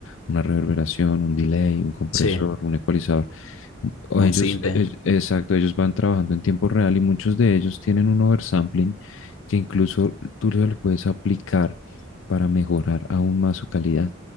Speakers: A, on the left (about 65°); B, on the left (about 90°).
A: una reverberación, un delay, un compresor,
B: sí,
A: un ecualizador, o
B: un
A: ellos,
B: Sinte,
A: e- exacto, ellos van trabajando en tiempo real y muchos de ellos tienen un oversampling que incluso tú lo puedes aplicar para mejorar aún más su calidad.